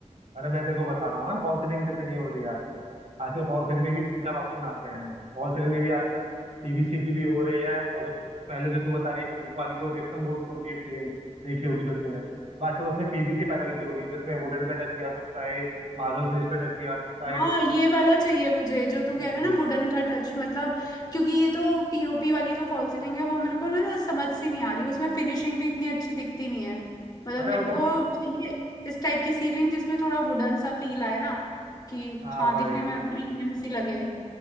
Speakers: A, on the right; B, on the left.
A: अरे मैं देखो बता रहा हूँ ना फॉल सीलिंग जैसे नहीं हो रही है आजकल आजकल फॉल सीलिंग में भी तीन चार ऑप्शन आ गए हैं फॉल सीलिंग में भी आजकल पीवीसी की भी हो रही है और जो पहले जो तू बता रही है कोप वाली तो जिप्सम बोर्ड की होती है प्लेन देखी होगी जो तूने तो आजकल उसमें पीवीसी पैनल की हो रही है जिसमें वुडन का टच भी आ सकता है मार्बल फिनिश पे टच भी आ सकता
B: हाँ
A: है
B: ये वाला चाहिए मुझे जो तू
A: हम्म,
B: कह रहा है ना वुडन का टच मतलब क्योंकि ये तो पीओपी वाली जो फॉल सीलिंग है वो मेरे को ना समझ सी नहीं आ रही उसमें फिनिशिंग भी इतनी अच्छी दिखती नहीं है मतलब
A: अरे
B: मेरे
A: मतलब
B: को चाहिए इस टाइप की सीलिंग जिसमें थोड़ा वुडन सा फील आए ना कि
A: हाँ
B: हाँ
A: भाई
B: दिखने में प्रीमियम सी लगे